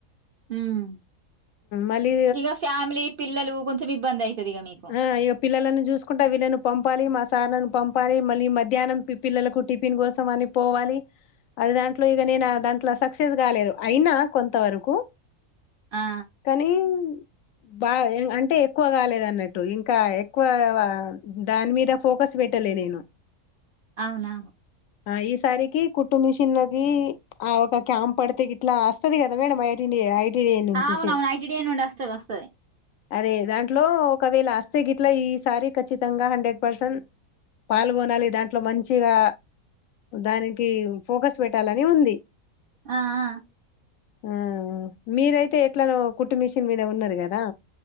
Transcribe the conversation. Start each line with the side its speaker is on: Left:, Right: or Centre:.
Right: హ్మ్
Left: మళ్ళీ
Right: ఇగ ఫ్యామిలీ పిల్లలు చ్ ఇబ్బంది అయితది ఇగ మీకు
Left: ఆ ఇక పిల్లలను చూసుకుంటే వీళ్ళని పంపాలి మా సార్ నన్ను పంపాలి మళ్ళీ మధ్యహ్నం పి పిల్లలకు టిఫిన్ కోసం అని ఏ పోవాలి అది దాంట్లో ఇగ నేను దాంట్లో సక్సెస్ కాలేదు అయినా కొంత వరకు
Right: ఆ
Left: కనీమ్ బాగా అంటే ఎక్కువ కాలేదు అన్నట్టు ట్టు ఇంకా ఎక్కువ దాని మీద ఫోకస్ పెట్టలే నేను
Right: అవునా
Left: ఆ ఈసారికి కుట్టు మిషినుది ఆ ఒక క్యాంప్ పడితే గిట్లా అస్తది గదా మేడం ఐటి ఇండియా ఇది నుంచిసియ్
Right: ఆ, అవునవును ఐటిడిఐ నుండి వస్తది వస్తది
Left: అదే దాంట్లో ఒకవేళ అస్తే గిట్లా ఈ సారి ఖచ్చితంగా హండ్రెడ్ పర్సెంట్ పాల్గొనాలి దాంట్లో మంచిగా దానికి ఫోకస్ పెటాలని ఉంది
Right: ఆ ఆ
Left: ఆ మీరైతే ఎట్లనో కుట్టు మెషిన్ మీద ఉన్నది గదా